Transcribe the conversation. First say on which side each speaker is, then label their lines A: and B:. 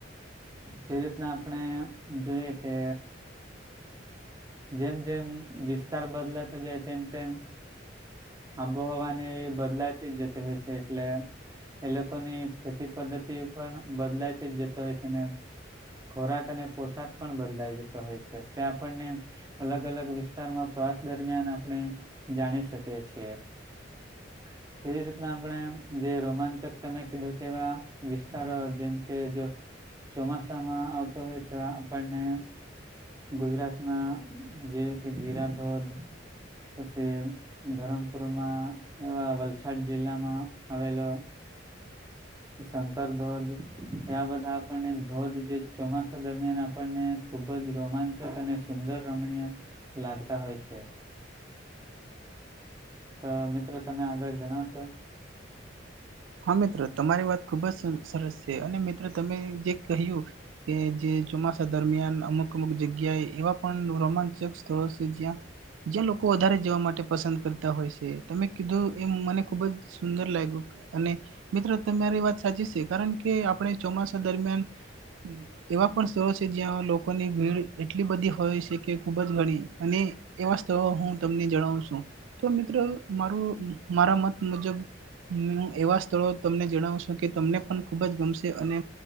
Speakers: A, on the right (about 20°); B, on the right (about 85°).
A: તે રીતના આપણે જોઈએ કે જેમ જેમ વિસ્તાર બદલાતો જાય તેમ તેમ આબોહવાને એ બદલાતી જ જતી હોય છે. એટલે એ લોકોની ખેતી પદ્ધતિ પણ બદલાયતી જ જતો હોય છે ને ખોરાક અને પોશાક પણ બદલાઈ જતો હોય છે તે્યા આપણને અલગ અલગ વિસ્તારમાં પ્રવાસ દરમિયાન આપણે જાણી શકીએ છીએ <inaudible> એવી રીતના આપણે જે રોમાંચક તમે કીધું તેવા વિસ્તારો જેમ કે જો ચોમાસામાં આવતો હોય તો આપણને ગુજરાતમાં જેવી કે ગેરાધોધ પછી ધરમપુરમાં એવા વલસાડ જિલ્લામાં આવેલો શંકર ધોધ એ બધા આપણને ધોધ જે ચોમાસા દરમિયાન આપણને ખુબ જ રોમાંચક અને સુંદર રમણીય લાગતા હો છે. તો મિત્રો તમે આગળ જણાવશો.
B: હા મિત્રો તમારી વાત ખુબ જ સરસ છે અને મિત્ર તમે જે કહ્યું- કે જે ચોમાસા દરમિયાન અમુક અમુક જગ્યાએ એવા પણ રોમાંચક તળસી જ્યાં જે લોકો વધારે જવા માટે પસંદ કરતા હોય છે તમે કીધું એ મને ખુબ જ સુંદર લાગ્યું અને મિત્રો તમારી વાત સાચી છે કારણ કે કે આપણે ચોમાસા દરમિયાન એવા પણ સ્થળો છે જ્યાં લોકોની ભીડ એટલી બધી હોય છે કે ખુબ જ ગણી અને એવા સ્થળો હું તમને જણાવ છું. તો મિત્રો મારું મારા મત મુજબ એવા સ્થળો તમને જણાવશો કે તમને પણ ખૂબ જ ગમશે. અને